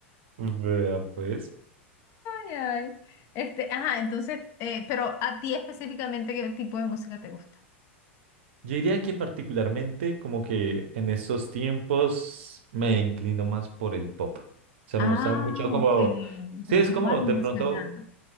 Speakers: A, on the right (about 65°); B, on the left (about 45°).
A: Vea, pues.
B: Ay, ay. Este, ajá, entonces, eh, pero a ti específicamente, ¿qué tipo de música te gusta?
A: Yo diría que particularmente como que en estos tiempos me inclino más por el pop. O sea,
B: Ah,
A: me gusta mucho como...
B: ok.
A: Sí,
B: Ya
A: es
B: me acabas
A: como
B: de
A: de
B: mencionar.
A: pronto...
B: ¿no?